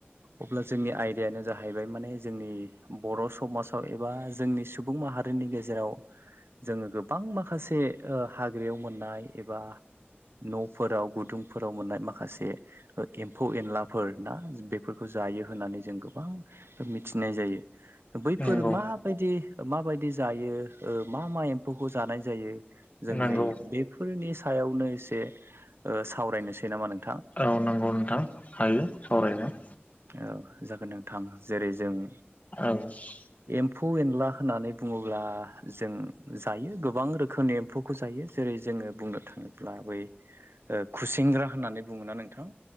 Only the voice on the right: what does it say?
अब्ला जोंनि आयदायानो जाहैबाय माने जोंनि बर' समाजाव एबा जोंनि सुबुं माहा रिनि गेजेराव जोङो गोबां माखासे ओ हाग्रायाव मोननाय एबा न'फोराव गुदुंफोराव मोननाय माखासे ओ एम्फौ एनलाफोर ना बेफोरखौ जायो होननानै जों गोबां खो मिथिनाय जायो। बैफोर
माबायदि माबायदि जायो ओ मा मा एम्फौखौ जानाय जायो जों
नै बेफोरनि सायावनो एसे ओ सावरायनोसै नामा नों
औ जागोन नोंथां जेरै जोङो
एम्फौ एनला होननानै बुङोब्ला जों जायो गोबां रोखोमनि एम्फौखौ जायो जेरै जोङो बुंनो थाङोब्ला बै ओ खुसिंग्रा होननानै बुङोना नोंथां।